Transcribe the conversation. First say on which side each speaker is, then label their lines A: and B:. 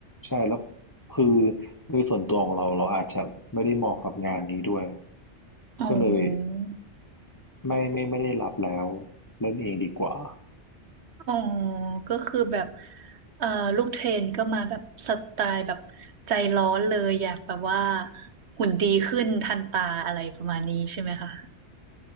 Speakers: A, on the left; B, on the right.
A: ใช่ แล้วคือโดยส่วนตัวของเราเราอาจจะไม่ได้เหมาะกับงานนี้ด้วย
B: อ๋อ
A: ก็เลยไม่ไม่ไม่ได้รับแล้วเล่นเองดีกว่า
B: อ๋อก็คือแบบเอ่อลูกเทรนก็มาแบบสไตล์แบบใจร้อนเลยอยากแบบว่าหุ่นดีขึ้นทันตาอะไรประมาณนี้ใช่ไหมคะ